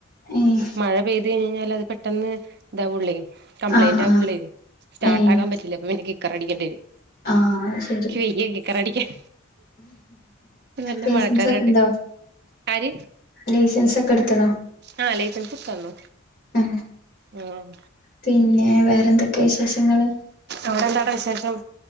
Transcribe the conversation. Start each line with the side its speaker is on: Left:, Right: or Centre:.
Left: ഏഹ്
Right: മഴ പെയ്ത് കയ്ഞാല് പെട്ടെന്ന് ഇതാവുള്ളേ കംപ്ലയിന്റ്
Left: ആഹ്
Right: ആവുള്ളേ
Left: ആഹ്
Right: സ്റ്റാട്ടാക്കാൻ
Left: ഏഹ്
Right: പറ്റില്ല അപ്പൊ പിന്നെ കി കിക്കർ അടിക്കണ്ടിവെരും
Left: <inaudible>
Right: ഇക്ക് വെയ്യേ കിക്കറ് അടിക്കാൻ നല്ല
Left: ലൈസൻസൊക്ക്ണ്ടോ
Right: മഴക്കാറ് കണ്ട് ആര്
Left: ലൈസൻസൊക്കെ എടു ത്തണം
Right: ആ ലൈസൻസ് എടുത്ത് തന്നു
Left: അ
Right: ഉം
Left: പിന്നെ ഏ വേറെ എന്തൊക്കെ വിശേഷങ്ങള്
Right: അവിടെ എന്താണ് വിശേഷം